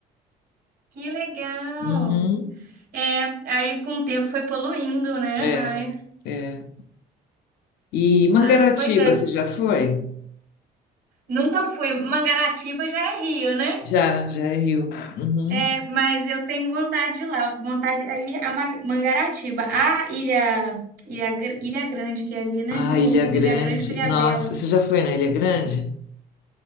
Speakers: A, on the right (about 65°); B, on the left (about 75°).
A: Que legal.
B: Uhum.
A: É, aí com o tempo foi poluindo, né?
B: É,
A: Mas,
B: é. E Mangaratiba,
A: ah, pois é.
B: você já foi?
A: Nunca fui. Mangaratiba já é Rio, né?
B: Já, já é Rio. Uhum.
A: É, mas eu tenho vontade de ir lá, vontade aí a Ma- Mangaratiba, a Ilha, Ilha Gr- Ilha Grande que é ali, né?
B: Ah,
A: Eu
B: Ilha
A: confundo
B: Grande.
A: Ilha Grande com Ilha
B: Nossa,
A: Bela.
B: você já foi na Ilha Grande?